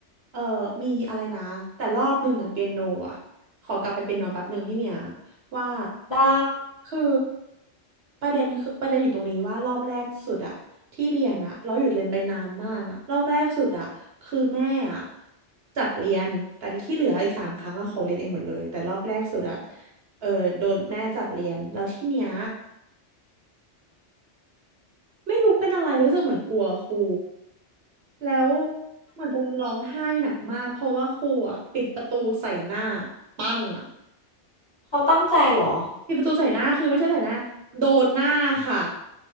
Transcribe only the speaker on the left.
ได้
เขาตั้งใจเหรอ